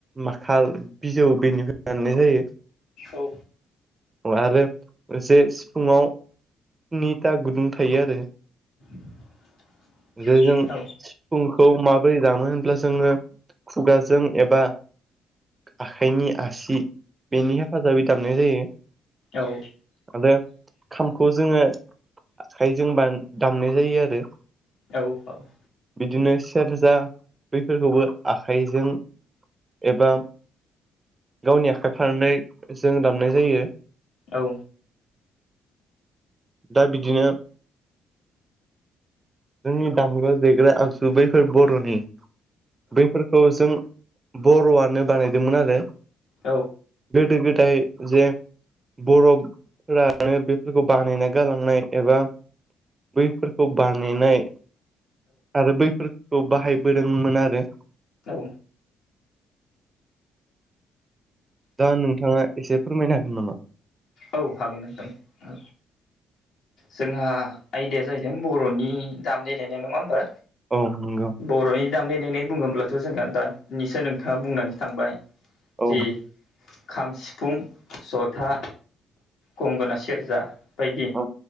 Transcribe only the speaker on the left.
औ।
<inaudible>
औ
औ
औ औ।
औ।
औ
औ
औ हागोन नोंथां औ जोंहा आयदाया जाहैदों बर'नि दामनाय देनाय नङा होमबा
बर'नि दामनाय देनाय बुङोब्लाथ' जोंहा दानिसो नोंथाङा बुंनानै थांबाय
जि खाम, सिफुं, जथा, गंगोना, सेरजा बायदि।